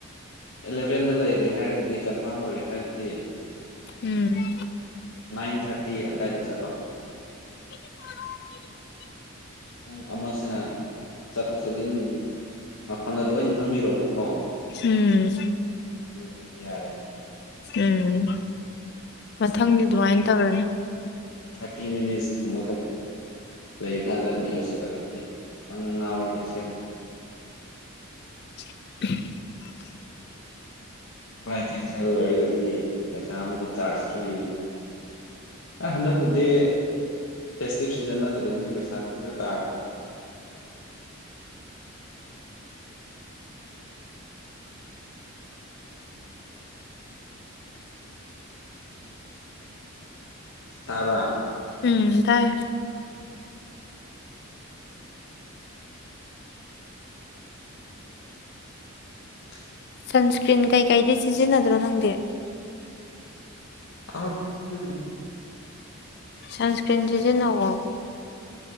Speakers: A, on the left (about 70°); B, on the left (about 50°).
A: ꯑꯦꯂꯚꯦꯟꯗ ꯂꯩꯔꯦ ꯍꯥꯏꯔꯒꯗꯤ ꯀꯟꯐꯥꯔꯝ ꯑꯣꯏꯔꯦ ꯍꯥꯏꯔꯒꯗꯤ
B: ꯎꯝ
A: ꯅꯥꯏꯟ ꯊꯥꯔꯇꯤ ꯑꯗꯥꯏꯗ ꯆꯠꯂꯣ
B: <unintelligible>
A: ꯄꯨꯡ ꯑꯃꯁꯤꯅ ꯆꯠꯊꯣꯛ ꯆꯠꯖꯤꯟ ꯃꯐꯝꯗ ꯂꯣꯏꯅ ꯈꯪꯕꯤꯔ‌ꯣꯕꯀꯣ
B: ꯎꯝ
A: ꯑꯗꯨ ꯑꯣꯏꯔꯗꯤ ꯌꯥꯔꯦ
B: ꯎꯝ ꯃꯊꯪꯗꯤ ꯑꯗꯨꯃꯥꯏꯅ ꯇꯧꯔꯅꯤ
A: ꯊꯔꯇꯤ ꯃꯅꯤꯠꯁ ꯀꯨꯝꯕ ꯂꯩ ꯀꯥꯟꯗꯗꯤ ꯌꯧꯁꯤꯜꯂꯛꯑꯗꯤ ꯅꯪ ꯉꯥꯎꯔꯅꯤ ꯑꯁꯦꯡꯕ
B: <unintelligible>
A: ꯐꯂꯥꯏꯠ ꯀꯦꯟꯁꯦꯜ ꯑꯣꯏꯔꯒꯗꯤ ꯄꯩꯁꯥ ꯑꯃꯨꯛꯀ ꯆꯥꯔꯖꯇꯣ ꯌꯦꯡꯅꯦ ꯑ ꯍꯟꯗꯛꯄꯨꯗꯤ ꯐꯦꯁꯇꯤꯚ ꯁꯤꯖꯟ ꯅꯠꯇꯕꯅꯤꯅ ꯄꯩꯁꯥꯁꯨ ꯈꯔ ꯇꯥꯔꯝ ꯇꯥꯕꯔ
B: ꯎꯝ ꯇꯥꯏꯌꯦ
A: <unintelligible>
B: ꯁꯟꯁꯀ꯭ꯔꯤꯟ ꯀꯩꯀꯩꯗꯤ ꯁꯤꯖꯤꯟꯅꯗ꯭ꯔꯣ ꯅꯪꯗꯤ
A: ꯑ ꯄꯨꯦ
B: ꯁꯟꯁꯀ꯭ꯔꯤꯟꯁꯤꯁꯦ ꯅꯑꯣꯣ